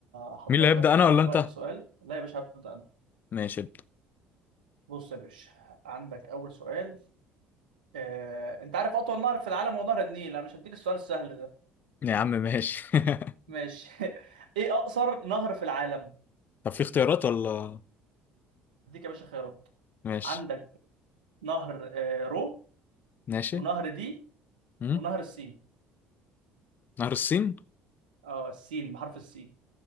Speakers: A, on the right (about 75°); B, on the left (about 40°).
A: هحضر
B: مين اللي هيبدا
A: لك بقى
B: انا ولا
A: انا دلوقتي
B: انت
A: سؤال لا يا باشا هبدأ انا
B: ماشي ابدا
A: بص يا باشا عندك اول سؤال آه، انت عارف اطول نهر في العالم هو نهر النيل انا مش هديك السؤال السهل ده
B: يا عم ماشي <laughs>
A: ماشي <laughs> ايه اقصر نهر في العالم
B: طب في اختيارات ولا
A: هديك يا باشا خيارات
B: ماشي
A: عندك نهر آه، رو
B: ماشي
A: ونهر دي
B: امم
A: ونهر السين
B: نهر الصين
A: اه السين بحرف السين